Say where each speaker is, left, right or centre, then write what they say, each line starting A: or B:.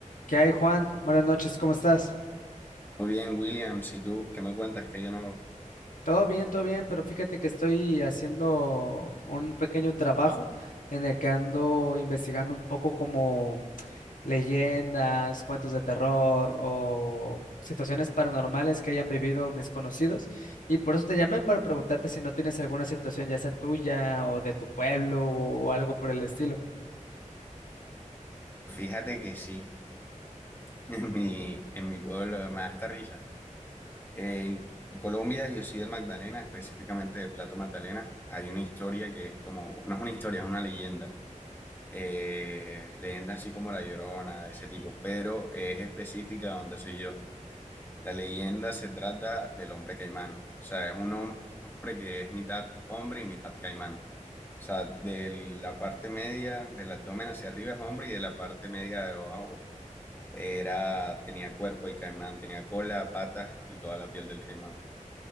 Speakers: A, on the left; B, on the left.
A: ¿Qué hay, Juan? Buenas noches, ¿cómo estás?
B: Muy bien, Williams, ¿y tú qué me cuentas que hay de nuevo?
A: Todo bien, todo bien, pero fíjate que estoy haciendo un pequeño trabajo en el que ando investigando un poco como leyendas, cuentos de terror o situaciones paranormales que hayan vivido mis conocidos. Y por eso te llamé para preguntarte si no tienes alguna situación, ya sea tuya o de tu pueblo o algo por el estilo.
B: Pues Fíjate que sí, <laughs> en mi, en mi pueblo me da hasta risa. En Colombia, yo soy del Magdalena, específicamente de Plato Magdalena. Hay una historia que es como, no es una historia, es una leyenda. Eh, leyenda así como La Llorona, de ese tipo, pero es específica de donde soy yo. La leyenda se trata del hombre caimán. O sea, es un hombre que es mitad hombre y mitad caimán. O sea, de la parte media del abdomen hacia arriba es hombre y de la parte media de abajo era, tenía cuerpo y caimán, tenía cola, patas y toda la piel del caimán.